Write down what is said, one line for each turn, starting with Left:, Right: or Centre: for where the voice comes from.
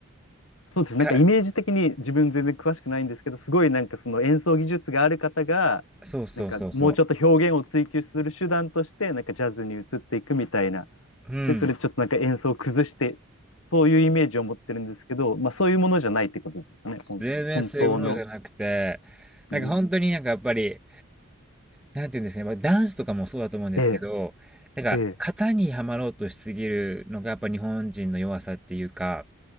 Left: そうです。なんかイメージ的に自分全然詳しくないんですけど、
Centre: か
Left: すごいなんかその演奏技術がある方が、
Centre: そうそうそうそう
Left: なんかもうちょっと表現を追求する手段として、なんかジャズに移っていくみたいな。
Centre: うん
Left: で、それちょっとなんか演奏を崩して、そういうイメージを持ってるんですけど、まあそういうものじゃないってことですよね。ほん本当の。
Centre: 全然そういうものじゃなくてなんか本当になんかやっぱり
Left: うん
Centre: なんていうんですかね、ま、ダンスとかもそうだと思うんですけど、
Left: ええ、
Centre: なんか型にはまろうとしすぎるのがやっぱ日本人の弱さっていうか、
Left: ええ、